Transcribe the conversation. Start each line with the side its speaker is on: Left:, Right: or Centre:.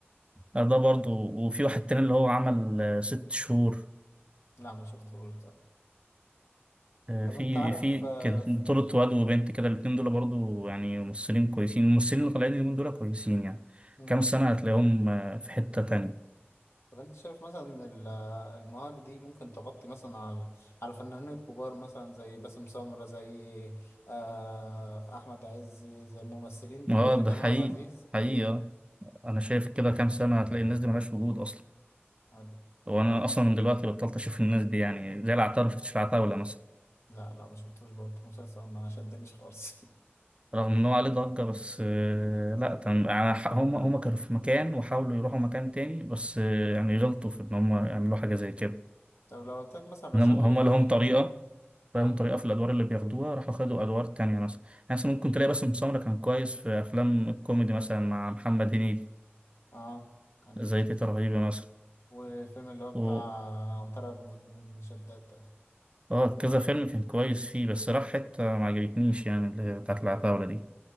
Right: آه، ده برضو وفي واحد تاني اللي هو عمل آه، ست شهور
Left: لا ما شفتهوش ده
Right: آه،
Left: طب
Right: في
Left: انت عارف
Right: في
Left: آه،
Right: كان
Left: ف-
Right: بطولة واد وبنت كده الاتنين دول برضو يعني ممثلين كويسين الممثلين اللي طالعين اليومين دول كويسين يعني
Left: مم.
Right: كام سنة هتلاقيهم آه، في حتة تانية
Left: طب انت شايف مثلا ان ال- آه، المواهب دي ممكن تغطي مثلا على على الفنانين الكبار مثلا زي باسم سمرة زي آه، احمد عز زي الممثلين دي
Right: اه
Left: وزي
Right: ده
Left: كريم
Right: حقيقي
Left: عبد العزيز
Right: حقيقي آه. أنا شايف
Left: مم.
Right: كده كام سنة هتلاقي الناس دي ملهاش وجود أصلا
Left: حلو
Right: وأنا أصلا من دلوقتي بطلت أشوف الناس دي يعني زي العتاولة ما شفتش العتاولة مثلا
Left: لا لا ما شفتوش برضه مسلسل ما شدنيش خالص
Right: رغم إن هو عليه ضجة بس آه، لأ تم- يعني ح- هم
Left: <laughs>
Right: هم كانوا في مكان وحاولوا يروحوا مكان تاني بس آه، يعني
Left: مم.
Right: غلطوا في إن هم يعملوا حاجة زي كده
Left: طب لو قلت لك مثلا رشح
Right: إنهم-
Left: لي
Right: هم لهم طريقة بقالهم
Left: اه
Right: طريقة في الأدوار اللي بياخدوها راحوا خدوا أدوار تانية مثلا يعني مثلا ممكن تلاقي باسم سمرة كان كويس في أفلام الكوميدي مثلا مع محمد هنيدي
Left: اه كان
Right: زي تيتة رهيبة مثلا
Left: والفيلم اللي هو بتاع
Right: و
Left: عنترة بن بن شداد ده
Right: اه كذا فيلم كان كويس فيه بس راح حتة ما عجبتنيش يعني اللي هي
Left: مم.
Right: بتاعت العتاولة دي